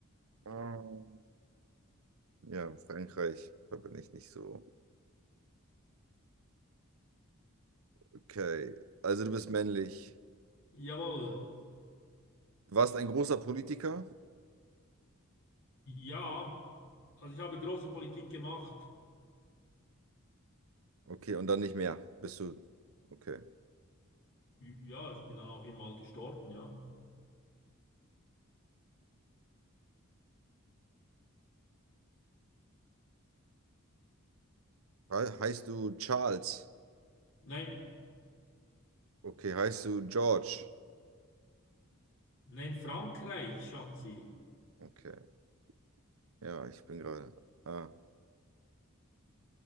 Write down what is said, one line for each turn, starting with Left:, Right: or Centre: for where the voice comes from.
Right: Ähm, ja, Frankreich. Da bin ich nicht so. Okay. Also du bist männlich.
Left: Jawohl.
Right: Du warst ein großer Politiker.
Left: Ja. Also ich habe große Politik gemacht.
Right: Okay, und dann nicht mehr. Bist du. Okay.
Left: Ja, ich bin dann auch immer mal gestorben, ja.
Right: He heißt du Charles?
Left: Nein,
Right: Okay, heißt du George?
Left: nein, Frankreich, Schatzi.
Right: Okay. Ja, ich bin gerade. Ah.